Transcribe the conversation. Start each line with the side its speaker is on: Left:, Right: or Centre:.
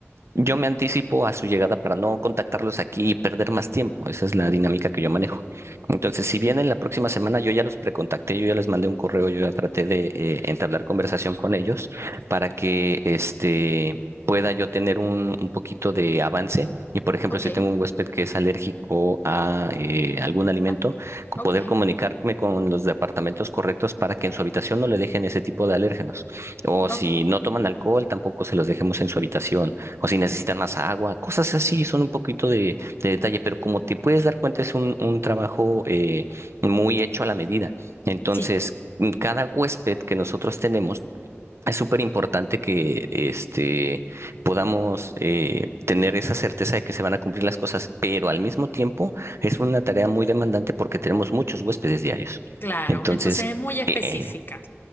Right: yo me anticipo a su llegada para no contactarlos aquí y perder más tiempo. Esa es la dinámica que yo manejo. Entonces, si vienen la próxima semana, yo ya los precontacté, yo ya les mandé un correo, yo ya traté de eh, entablar conversación con ellos para que este pueda yo tener un, un poquito de avance. Y por ejemplo,
Left: ok,
Right: si tengo un huésped que es alérgico a eh, algún alimento,
Left: ah, ok,
Right: poder comunicarme con los departamentos correctos para que en su habitación no le dejen ese tipo de alérgenos. O
Left: ok.
Right: si no toman alcohol, tampoco se los dejemos en su habitación o si necesitan más agua, cosas así, son un poquito de, de detalle, pero como te puedes dar cuenta, es un, un trabajo eh, muy hecho a la medida. Entonces,
Left: Sí,
Right: mm, cada huésped que nosotros tenemos, es súper importante que este, podamos eh, tener esa certeza de que se van a cumplir las cosas, pero al mismo tiempo es una tarea muy demandante porque tenemos muchos huéspedes diarios.
Left: claro.
Right: Entonces,
Left: Entonces es muy específica.
Right: eh,